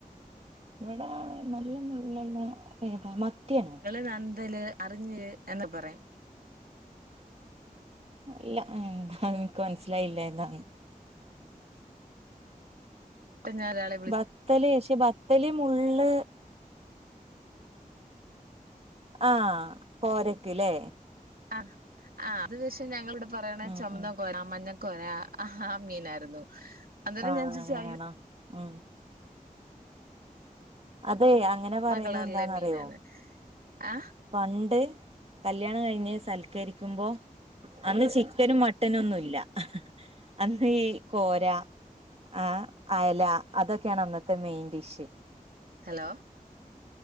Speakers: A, on the right; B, on the right.
A: ഇവിടെ നല്ല മുള്ളുള്ള ഏത മത്തിയാണ്.
B: നല്ല നന്തല് അറിഞ്ഞ എന്ന് പറയും.
A: ഇല്ല ഉം എൻക്ക് മനസ്സിലായില്ല ഏതാന്ന്.
B: പഞാലരാള്.
A: ബത്തല് പക്ഷേ ബത്തല് മുള്ള് ആഹ് കോരക്ക്ലേ
B: ആഹ് ആഹ് അത് പക്ഷേ ഞങ്ങളിവിടപറയെണ
A: ഉം
B: ചൊമന്ന
A: ഉം
B: കോരാ മഞ്ഞ കോര ആഹ് മീനായിരുന്നു. അന്നേരം
A: ആഹ്
B: ഞാൻ ചോദിച്ചു
A: അങ്ങനെയാണോ
B: അയ്യോ
A: ഉം. അതെ അങ്ങനെ
B: ചുവന്ന
A: പറയുന്ന
B: കളറിലെ
A: എന്താന്നറിയോ
B: മീനാണ് ആഹ്
A: പണ്ട് കല്യാണം കഴിഞ്ഞ് സൽക്കരിക്കുമ്പോ അന്ന് ചിക്കനും മട്ടനും ഒന്നുല്ല അന്ന് ഈ കോര ആ അയല അതൊക്കെയാണ് അന്നത്തെ main dish.
B: Hello.